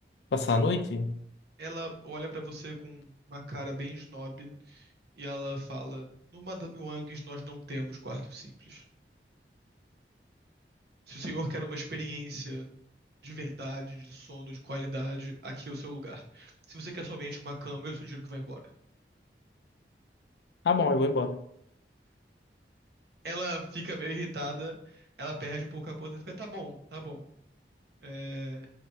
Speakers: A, on the left (about 75°); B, on the right (about 70°).
A: Passar a noite?
B: Ela olha pra você com uma cara bem snob e ela fala: No Madame Wangs nós não temos quartos simples. Se o senhor quer uma experiência de verdade, de sono, de qualidade, aqui é o seu lugar. Se você quer somente uma cama, eu sugiro que vá embora.
A: Tá bom, eu vou embora.
B: Ela fica meio irritada, ela perde um pouco a ponta, fica, tá bom, tá bom. É,